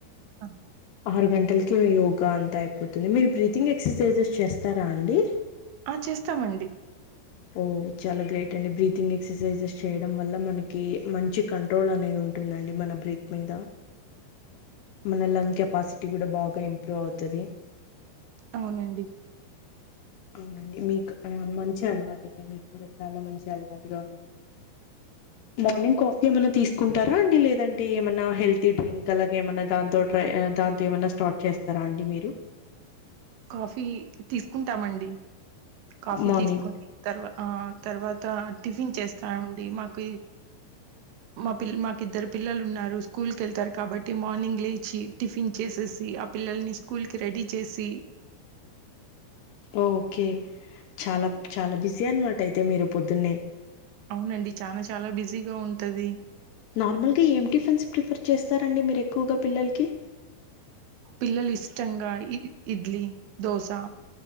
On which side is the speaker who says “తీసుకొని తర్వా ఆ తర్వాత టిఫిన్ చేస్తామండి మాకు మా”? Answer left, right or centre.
Right